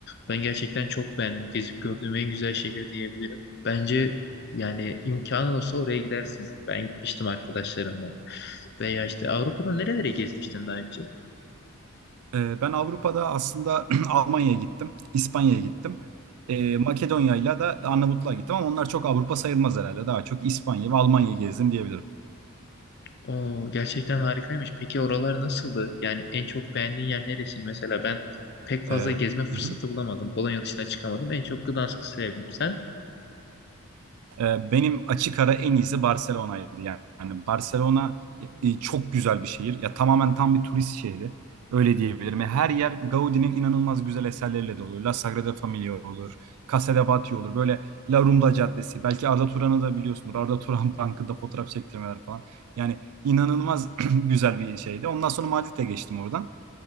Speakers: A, on the left (about 50°); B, on the right (about 85°).
A: Ben gerçekten çok beğendim. Gezip gördüğüm en güzel şehir diyebilirim. Bence yani imkanın olsa oraya gidersin. Ben gitmiştim arkadaşlarımla. Veya işte Avrupa'da nerelere gezmiştin daha önce?
B: E, ben Avrupa'da aslında <clears throat> Almanya'ya gittim, İspanya'ya gittim. E, Makedonya'yla da Arnavutluğa gittim ama onlar çok Avrupa sayılmaz herhalde. Daha çok İspanya ve Almanya'yı gezdim diyebilirim.
A: Oo, gerçekten harikaymış. Peki oralar nasıldı? Yani en çok beğendiğin yer neresi? Mesela ben pek fazla
B: E, hı
A: gezme fırsatı
B: hı.
A: bulamadım. Polonya dışına çıkamadım. En çok Gdansk'ı sevdim. Sen?
B: Ee, Benim açık ara en iyisi Barcelona'ydı. Yani Barcelona e, çok güzel bir şehir. Ya tamamen tam bir turist şehri. Öyle diyebilirim. Ya Her yer Gaudi'nin inanılmaz güzel eserleriyle dolu. La Sagrada Familia olur, Casa de Batlló olur. Böyle La Rambla Caddesi. Belki Arda Turan'ı da biliyorsunuz. Arda Turan <laughs> Bankı'nda fotoğraf çektirmeler falan. Yani inanılmaz <clears throat> güzel bir şeydi. Ondan sonra Madrid'e geçtim oradan.